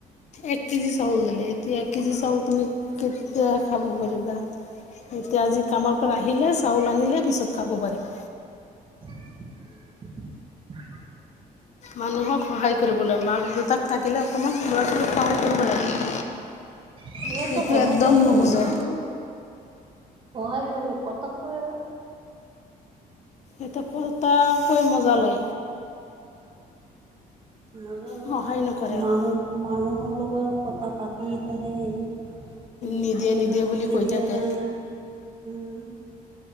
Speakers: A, on the left; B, on the right.
A: এক কেজি চাউল দিলে এতিয়া এক কেজি চাউল তুমি কেতিয়া খাব পাৰিব এতিয়া আজি কামৰ পৰা আহিলে চাউল আনিলে পিছত খাব পাৰিম
B: উ
A: মানুহক সহায় কৰিবলৈ মাক দেউতাক থাকিলে অকণমান ল'ৰা ছোৱালীক সহায়
B: উম
A: কৰিব লাগে <unintelligible>
B: সিহঁতে
A: সেইটো
B: সহাই
A: একদম
B: কৰিব
A: নুবুজে
B: হু সহায় কৰিব কথা কয়
A: এটো কোৰটা কৈ মজা লয়
B: উম মজা লৈ
A: সহায়
B: লৈ
A: নকৰে আৰু
B: মাহু মানুহৰ লগত কথা পাতি থাহে এনে সি
A: নিদিয়ে
B: দিয়ে
A: নিদিয়ে
B: নাই
A: বুলি
B: সি
A: কৈ
B: দিয়ে
A: থাকে
B: নাই উম